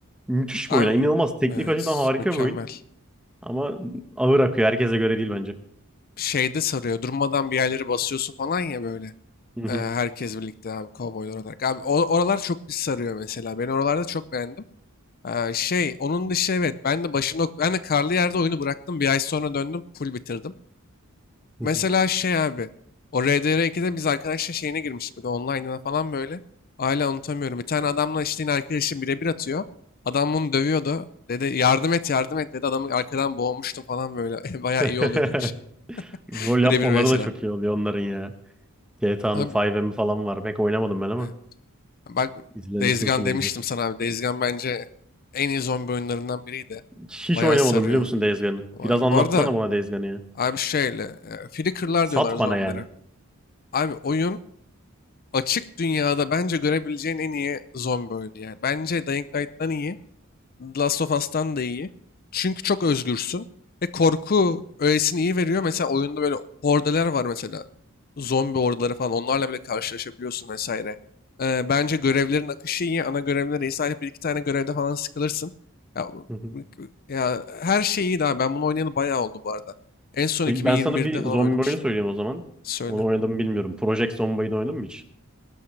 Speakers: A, in the centre; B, on the left.
A: Müthiş
B: Abi
A: bir oyun. Yani İnanılmaz. Teknik
B: evet
A: açıdan harika
B: mükemmel.
A: bir oyun. Ama ağır akıyor. Herkese göre değil bence.
B: Şeyde sarıyor. Durmadan bir yerleri basıyorsun falan ya böyle.
A: Hı hı,
B: Ee, herkes birlikte abi kovboylar olarak. Abi o- oralar çok bir sarıyor mesela. Ben oralarda çok beğendim. Ee, şey onun dışı evet ben de başında ok, ben de karlı yerde oyunu bıraktım. Bir ay sonra döndüm full bitirdim.
A: hı
B: Mesela
A: hı.
B: şey abi. O RDR2'de biz arkadaşla şeyine girmiştik. Bir de online'ına falan böyle. Hala unutamıyorum. Bir tane adamla işte yine arkadaşım birebir atıyor. Adam bunu dövüyordu. Dedi yardım et yardım et dedi. Adamı arkadan boğmuştum falan böyle. <laughs> Bayağı
A: <laughs>
B: iyi oluyordu öyle şey. <laughs>
A: Rol yapmaları
B: Birebir vs'den.
A: da çok iyi oluyor onların ya. GTA'nın
B: Abi,
A: 5M'i falan var. Pek oynamadım ben ama
B: e, bak
A: izlemesi
B: Days
A: hoşuma
B: Gone demiştim
A: gidiyor.
B: sana abi. Days Gone bence en iyi zombi oyunlarından biriydi.
A: Hiç
B: Bayağı
A: oynamadım
B: sarıyor.
A: biliyor musun Days Gone'ı?
B: Bu
A: Biraz anlatsana
B: bu arada
A: bana Days Gone'ı ya.
B: abi şöyle. e, Flicker'lar
A: Sat
B: diyorlar zombilere.
A: bana yani.
B: Abi oyun açık dünyada bence görebileceğin en iyi zombi oyunu yani. Bence Dying Light'tan iyi. The Last of Us'tan da iyi. Çünkü çok özgürsün. Ve korku öğesini iyi veriyor. Mesela oyunda böyle hordeler var mesela. Zombi hordeleri falan. Onlarla bile karşılaşabiliyorsun vesaire. Ee, bence görevlerin akışı iyi. Ana görevler iyi. Sadece bir iki tane görevde falan sıkılırsın. Ya,
A: hı hı.
B: ya her şey iyi daha. Ben bunu oynayalı bayağı oldu bu arada. En son
A: Peki
B: 2021'de
A: ben sana bir
B: falan
A: zombi
B: oynamıştım.
A: oyunu söyleyeyim o zaman.
B: Söyle.
A: Onu oynadım mı bilmiyorum. Project Zomboid'i oynadın mı hiç?